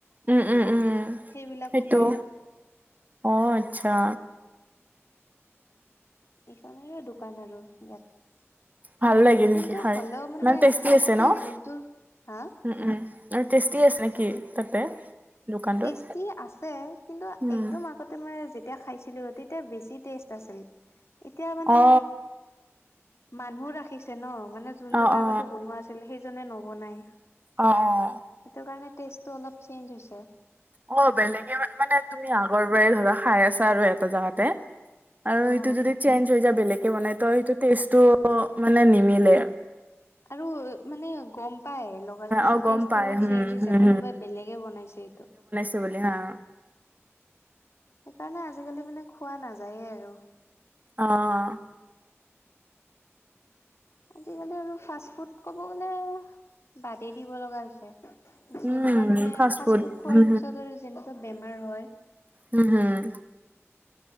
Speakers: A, on the right (about 35°); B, on the left (about 65°).
A: উম, উম, উম
B: সেইবিলাকো
A: সেইটো।
B: পায়
A: অঁ--আচ্ছা।
B: এইখনেৰে দোকান আৰু ইয়াত
A: ভাল লাগে নেকি
B: কিন্তু
A: খাই
B: হ'লেও মানে
A: ইমান টেষ্টি
B: আগতে
A: আছে ন
B: যোনটো হাঁ
A: উম, উম আৰু টেষ্টি আছে নেকি তাতে? দোকানটোত?
B: টেষ্টি আছে কিন্তু
A: উম,
B: একদম আগ্ গতে মই যেতিয়া খাইছিলোঁ তেতিয়া বেছি টেষ্ট আছিল। এতিয়া মানে
A: অ,
B: মানুহ ৰাখিছে ন ' মানে যোনজনে
A: অ, অ,
B: আগতে বনোৱা আছিল সেইজনে নবনাই।
A: অঁ, অঁ।
B: সেইটোকাৰণে টেষ্টটো অলপ চেঞ্জ হৈছে।
A: অঁ, বেলেগে মা মানে, তুমি আগৰ পৰাই ধৰা খাই আছা আৰু এটা জাগাত তে আৰু
B: অ
A: এইটো যদি চেঞ্জ হৈ যায়। বেলেগে বনাই ত' সেইটো টেষ্টটো মানে নিমিলে।
B: আৰু অ মানে গম্ পাই লগালগ
A: অ,
B: যে
A: গম
B: টেষ্টো
A: পাই হম,
B: চেঞ্জ হৈছে
A: হম,
B: কোনোবাই বেলেগে বনাইছে এইটো
A: টো বুলি হাঁ।
B: সেইকাৰণে আজিকালি মানে খোৱা নাযায়ে আৰু।
A: অঁ
B: আজি-কালি আৰু ফাৰ্ষ্ট ফুড ক'ব গ'লে বাদেই দিব লগা হৈছে। যেনেকুৱা
A: উম,
B: মানে,
A: ফাষ্ট
B: ফাৰ্ষ্ট ফুড খোৱাৰ
A: হম,
B: পিছত আৰু যেনেকুৱা বেমাৰ হয়।
A: উম, হয়।